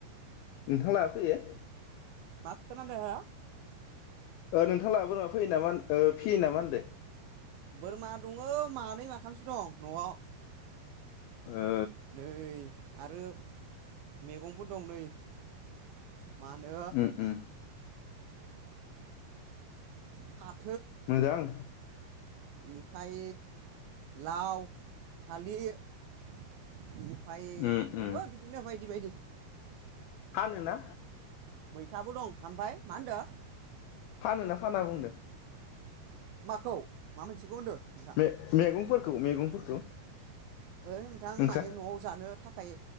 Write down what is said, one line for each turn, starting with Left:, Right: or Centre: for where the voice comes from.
Left: नोंथां ला फैयो
Right: मा खोनादों हो?
Left: ओ नोंथां लाबो बोरमा फैयो नामा ओ फियो नामा होनदो
Right: बोरमा दङो मानै माथामसो दं न'आव
Left: ओ
Right: नै आरो मेगंबो दं नै मा नो
Left: उम उम
Right: <inaudible>
Left: मोजां
Right: इनिफाय लाव थालिर इनि फाय
Left: उम
Right: दङो
Left: उम
Right: बिदिनो बायदि बायदि
Left: फानो ना
Right: मैथाबो दं ओमफाय मा होनदों
Left: फानोना फाना बुंदों
Right: माखौ मा मोनसेखौ होनदो नोंथां
Left: मे मेगंफोर खौ मैगंफोरखौ
Right: ओइ नोंथां
Left: नोंस्रा
Right: माने न'आव जानो थाखाय